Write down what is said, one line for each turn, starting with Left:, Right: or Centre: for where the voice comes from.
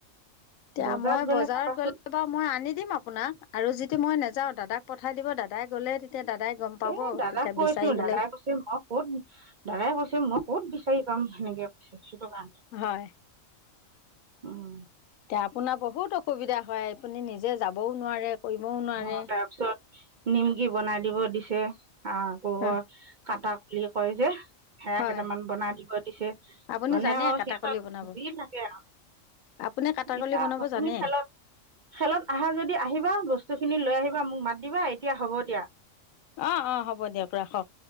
Left: এতিয়া
Right: বজাৰত
Left: মই
Right: গ'লে
Left: বজাৰত
Right: চাবাচোন
Left: গ'লে ত মই আনি দিম আপোনাক, আৰু যদি মই নাযাওঁ দাদাক পঠাই দিব দাদাই গ'লে তেতিয়া দাদাই গম পাব
Right: এ দাদাক
Left: তেতিয়া
Right: কৈছো,
Left: বিচাৰি পেলাই
Right: দাদাই কৈছে মোক ক'ত দাদাই কৈছে মই ক'ত বিচাৰি পাম সেনেকে কৈছে সেইটো কাৰণে।
Left: হয়।
Right: উম।
Left: এতিয়া আপোনাৰ বহুত অসুবিধা হয়, আপুনি নিজে যাবও নোৱাৰে। কৰিবও নোৱাৰে
Right: অঁ তাৰপিছত নিমকি বনাই দিব দিছে আঁ আকৌ
Left: হয়
Right: কটা কৰিয়ে কয় যে। সেয়া
Left: হয়
Right: কেইটামান বনাই দিব দিছে,
Left: আপুনি
Right: মানে
Left: জানে
Right: আও
Left: কাটাকলি
Right: সিহঁতৰ হেৰি
Left: বনাব
Right: যি‌ লাগে আও।
Left: আপুনি কাটাকলি
Right: এতিয়া
Left: বনাব
Right: তুমি
Left: জানে
Right: খাল খেলত আহা যদি আহিবা, বস্তুখিনি লৈ আহিবা মোক মাতিবা এতিয়া হ'ব দিয়া।
Left: অঁ অঁ হ'ব দিয়ক ৰাখক।